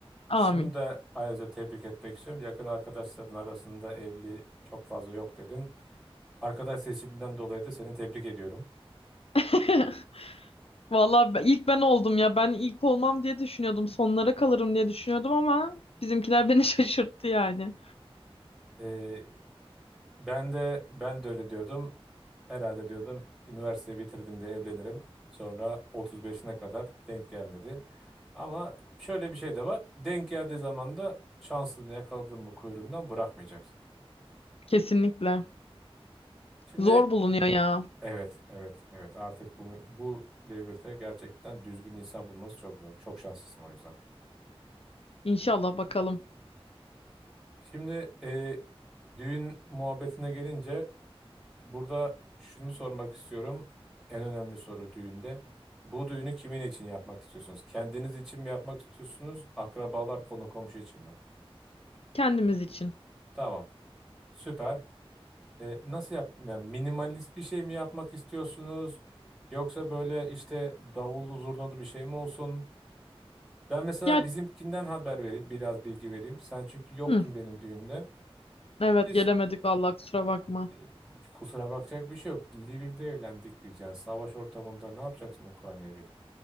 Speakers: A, on the left; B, in the centre.
A: Amin.
B: Şunu da ayrıca tebrik etmek istiyorum. Yakın arkadaşların arasında evli çok fazla yok dedin. Arkadaş seçiminden dolayı da seni tebrik ediyorum.
A: <laughs> Vallahi ben- ilk ben oldum ya. Ben ilk olmam diye düşünüyordum. Sonlara kalırım diye düşünüyordum ama bizimkiler beni <laughs> şaşırttı yani.
B: Ee, Ben de ben de öyle diyordum. Herhalde diyordum üniversiteyi bitirdim de evlenirim. Sonra 35'ine kadar denk gelmedi. Ama şöyle bir şey de var. Denk geldiği zaman da şansını yakaladın mı kuyruğundan bırakmayacaksın.
A: Kesinlikle.
B: Şimdi
A: Zor bulunuyor ya.
B: evet evet evet artık bunu, bu devirde gerçekten düzgün insan bulması çok zor. Çok şanslısın o yüzden.
A: İnşallah bakalım.
B: Şimdi e, düğün muhabbetine gelince Burada şunu sormak istiyorum. En önemli soru düğünde. Bu düğünü kimin için yapmak istiyorsunuz? Kendiniz için mi yapmak istiyorsunuz? Akrabalar, konu komşu için mi?
A: Kendimiz için.
B: Tamam. Süper. E, nasıl yap? Yani minimalist bir şey mi yapmak istiyorsunuz? Yoksa böyle işte davullu zurnalı bir şey mi olsun? Ben mesela
A: Ya
B: bizimkinden haber vereyim, biraz bilgi vereyim. Sen çünkü yoktun
A: hı,
B: benim düğünde.
A: evet
B: Biz
A: gelemedik vallahi kusura bakma.
B: e, kusura bakacak bir şey yok. Lviv'de evlendik biz yani. Savaş ortamında ne yapacaksın Ukrayna'ya gelip?